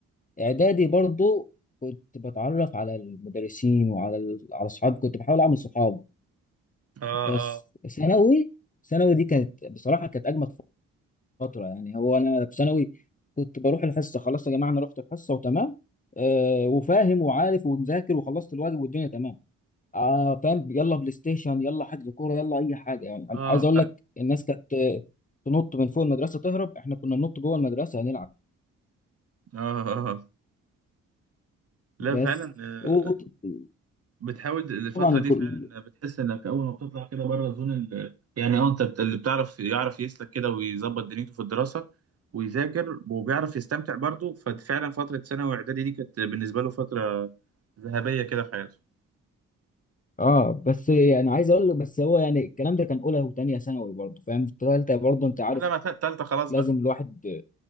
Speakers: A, on the left; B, on the right.
A: اعدادي برضو كنت بتعرف على المدرسين وعلى ال- على اصحاب كنت بحاول اعمل صحاب
B: آه
A: بس
B: آه
A: ثانوي ثانوي دي كانت بصراحه كانت اجمل فترة يعني هو أنا في ثانوي كنت بروح الحصة خلاص يا جماعة أنا رحت الحصة وتمام آه وفاهم وعارف ومذاكر وخلصت الواجب والدنيا تمام آه فاهم يلا بلاي ستيشن يلا حجز كورة يلا أي حاجة يعني أنا
B: آه
A: عايز أقول
B: فعلا
A: لك الناس كانت آه، تنط من فوق المدرسة تهرب إحنا كنا ننط جوه المدرسة نلعب
B: آه آه آه. لا
A: بس
B: فعلا آه،
A: وطبعا
B: بتحاول د- الفترة
A: الكل
B: دي فعلا بتحس انك اول ما بتطلع كده بره زون ال... يعني اه انت بت... اللي بتعرف يعرف يسلك كده ويظبط دنيته في الدراسة ويذاكر وبيعرف يستمتع برضه ففعلا فترة ثانوي واعدادي دي كانت بالنسبة له فترة ذهبية كده في حياته
A: اه بس يعني عايز اقول لك بس هو يعني الكلام ده كان اولى وثانيه ثانوي برضه فاهم في ثالثه برضه انت عارف
B: اه لما تالتة خلاص
A: لازم
B: بقى
A: الواحد